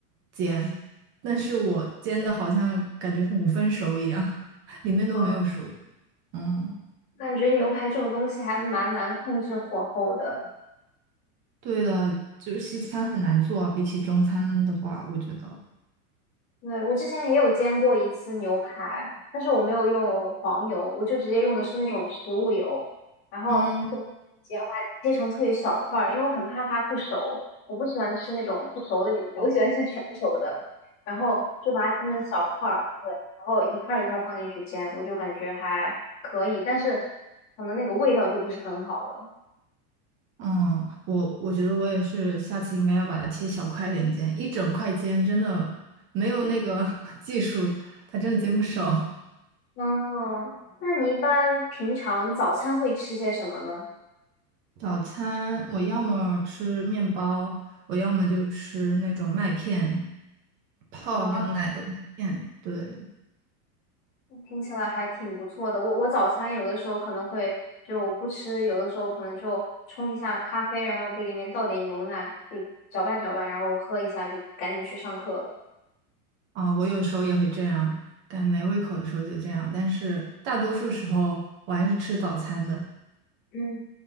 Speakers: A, on the right; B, on the left.
A: 煎。但是我煎的好像感觉五分熟一样，<laughs> 里面都没有熟。
B: 哦，
A: 嗯，
B: 感觉牛排这种东西还蛮难控制火候的。
A: 对的，就是西餐很难做啊，比起中餐的话，我觉得，
B: 对，我之前也有煎过一次牛排，但是我没有用黄油，我就直接用的是那种食物油，然后就煎把它切成特别小块儿，
A: 嗯。
B: 因为我很怕它不熟，我不喜欢吃那种不熟的牛排，我喜欢吃全熟的，然后就把它切成小块儿，对，然后一块儿一块儿放进去煎，我就感觉还可以，但是可能那个味道就不是很好了。
A: 嗯，我我觉得我也是，下次应该要把它切小块一点煎，一整块煎真的没有那个 <laughs> 技术，它真的煎不熟。
B: 嗯，那你一般平常早餐会吃些什么呢？
A: 早餐我要么吃面包，我要么就吃那种麦片，泡牛奶的麦片。
B: 啊。
A: 对，
B: 听起来还挺不错的。我我早餐有的时候可能会就不吃，有的时候可能就冲一下咖啡，然后给里面倒点牛奶，就搅拌搅拌，然后喝一下，就赶紧去上课了。
A: 啊，我有时候也会这样，但没胃口的时候就这样，但是大多数时候我还是吃早餐的。
B: 嗯。